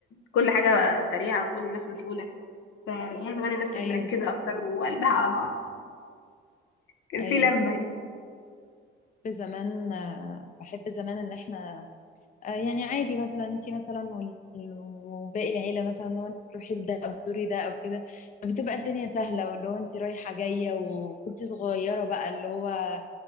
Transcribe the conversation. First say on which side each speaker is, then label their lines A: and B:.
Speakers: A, on the left (about 75°); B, on the left (about 40°).
A: كل حاجة سريعة وكل الناس مشغولة فأيام زمان الناس كانت
B: ايوه
A: مركزة أكتر وقلبها على بعض كان
B: ايوه
A: في لمة يعني
B: بحب زمان آه، بحب زمان ان احنا آه، يعني عادي مثلا انت مثلا وال- وباقي العيله مثلا لو انت تروحي لده او تزوري ده او كده بتبقى الدنيا سهله واللي هو انت رايحه جايه وكنت صغيره بقى اللي هو آه،